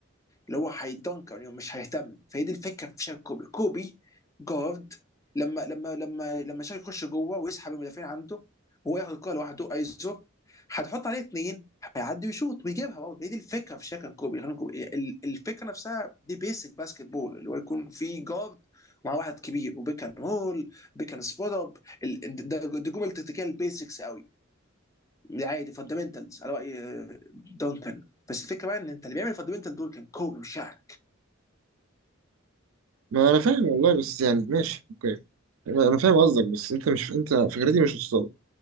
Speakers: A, on the left; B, on the right.
A: اللي هو هيدنكر يعني مش هيهتم فهي دي الفكره في شارك كوبي كوبي جارد لما لما لما لما شارك يخش جوه ويسحب المدافعين عنده هو ياخد الكوره لوحده ايزو هتحط عليه اثنين هيعدي ويشوط ويجيبها برضه هي دي الفكره في شارك كوبي يعني كوبي- ال- الفكره نفسها دي بيسك باسكت بول اللي هو يكون في جارد مع واحد كبير وبيكن رول بيكن سبوت اب ال- ده دي جمل تكتيكال بيسكس قوي دي عادي فاندمنتالز على راي آه، دونكن بس الفكره بقى ان انت اللي بيعمل فاندمنتال دول كان كوبي مش شعب
B: ما انا فاهم والله بس يعني ماشي اوكي انا أنا فاهم قصدك بس انت مش انت فكرتي مش وصلت